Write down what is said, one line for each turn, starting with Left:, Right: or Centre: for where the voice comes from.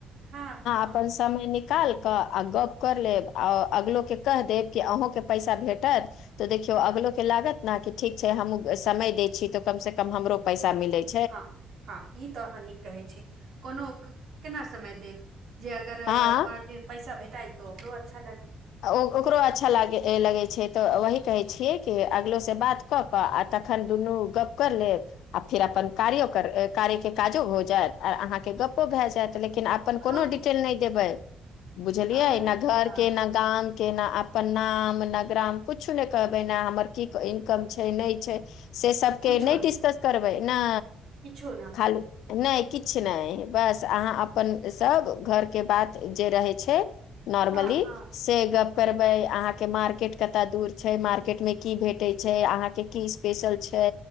Right: हँ हँ
Left: अपन समय निकाल कऽ आ गप कर लेब आ अगलोके कह देब कि अहूँके पैसा भेटत तऽ देखियौ अगलो के लागत ने कि ठीक छै हमहू समय दय छी तऽ कम से कम हमरो पैसा मिलैत
Right: हँ हँ ई तऽ अहाँ नीक कहै छी कोनो केना समय देत जे अगर
Left: हँ
Right: अके पैसा भेटाइ त ओकरो अच्छा लगे
Left: ओ ओकरो अच्छा लाग लगे छे त वही कहे छिये कि अगलो से बात क क आ तखन दुनू गप कर लेब आ फेर अपन कार्यो कार्य के काजो हो जायत आ अहाँ के गप्पो भे जेत लेकिन आब पर
Right: हँ
Left: कुनो डिटेल नै देबे बुझलीयै
Right: अच्छा
Left: न घर का ना गाम केना अपन नाम नगराम कछो ने कहबे ने हमर की इनकम छै नै छै से सबके
Right: कुछो
Left: नै
Right: नहि
Left: डिस्कस करबै नै
Right: किछो न
Left: खालू नै किछ नै बस अहाँ अपन सभ घरके बात जे रहै छै नॉर्मली
Right: हँ हँ
Left: से गप करबै अहाँ के मार्केट कता दूर छै मार्केट मे की भेटे छै अहाँ के की स्पेशल छै